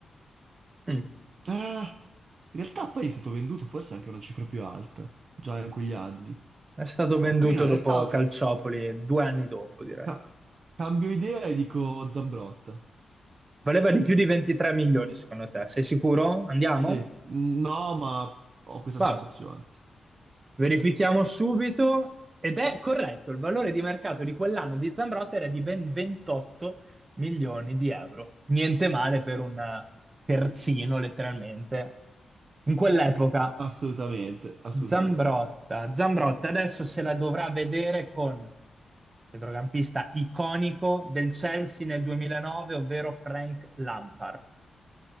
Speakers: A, on the right; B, on the right.
A: eh? Mm.
B: eh, in realtà poi è stato venduto forse anche a una cifra più alta, già in quegli anni.
A: È stato
B: Eh,
A: venduto
B: quindi no, in
A: dopo
B: realtà... ok,
A: Calciopoli due anni dopo, direi.
B: Ca- cambio idea e dico Zambrotta.
A: Valeva di più di 23 milioni, secondo te? Sei sicuro? Andiamo?
B: Sì, Mm, no, ma ho questa
A: Vabbè.
B: sensazione.
A: Verifichiamo subito. Ed è corretto, il valore di mercato di quell'anno di Zambrotta era di ben 28 milioni di euro. Niente male per un terzino, letteralmente. In quell'epoca,
B: Assolutamente, assolutamente.
A: Zambrotta, Zambrotta adesso se la dovrà vedere con centrocampista iconico del Chelsea nel 2009, ovvero Frank Lampard.